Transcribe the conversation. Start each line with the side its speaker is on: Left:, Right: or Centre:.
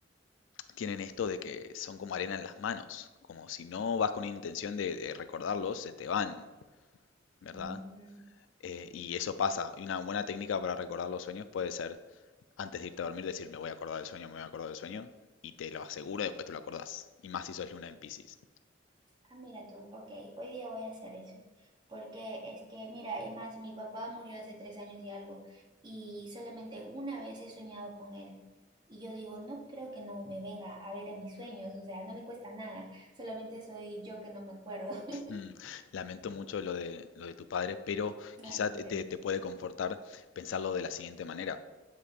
Left: tienen esto de que son como arena en las manos, como si no vas con una intención de, de recordarlos, se te van, ¿verdad?
Right: Mm.
Left: Eh, y eso pasa. Y una buena técnica para recordar los sueños puede ser, antes de irte a dormir, decir, me voy a acordar del sueño, me voy a acordar del sueño, y te lo aseguro, después te lo acordás. Y más si sos luna en Piscis.
Right: Ah, mira tú, ok, hoy día voy a hacer eso, porque es que, mira, es más, mi papá murió hace tres años y algo, y solamente una vez he soñado con él, y yo digo, no creo que no me venga a ver en mis sueños, o sea, no le cuesta nada, solamente soy yo que no me acuerdo. <laughs>
Left: Mm, Lamento mucho lo de, lo de tu padre, pero quizá
Right: Ah, no,
Left: te,
Right: gracias.
Left: te- te puede confortar pensarlo de la siguiente manera.